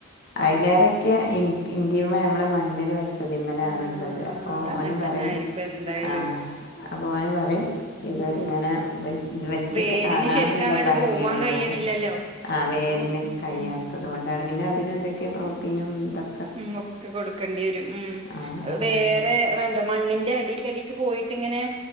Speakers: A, on the right; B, on the left.
A: ആ
B: അയ്ലേറേക്കെ ഇനിക്ക് ഇന്റീമെ നമ്മടെ മണ്ണില് വെച്ച തിമ്മലാണ്ള്ളത്
A: ആ
B: അപ്പൊ
A: അതങ്ങനെ
B: ഓന് പറയും
A: തന്നെ ആയിരിക്കും എന്തായാലും
B: ആഹ് അപ്പൊ ഓന് പറയും ഇത്
A: ഉം
B: ഇങ്ങന മെ ത് വെച്ചിട്ട്
A: വേരിന്
B: കാണാ-
A: ശരിക്കും
B: നുള്ള
A: അങ്ങോട്ട്
B: ഭംഗിയേള്ളൂ
A: പോവാൻ കഴിയണില്ലല്ലോ
B: ആഹ് വേര്ന്
A: അപ്പൊ
B: കയ്യാ
A: ഉം
B: ത്തതുകൊണ്ടാണ് പിന്നെ അതിനെന്തൊക്കെ പ്രോട്ടീനും തൊ
A: ഉം ഒക്കെ കൊടുക്കേണ്ടി വരും
B: ആഹ്
A: ഉംവേറെ
B: അതാണ്
A: മണ്ണിന്റെ അടീക്കടീക്ക് പോയിട്ട്ങ്ങനെ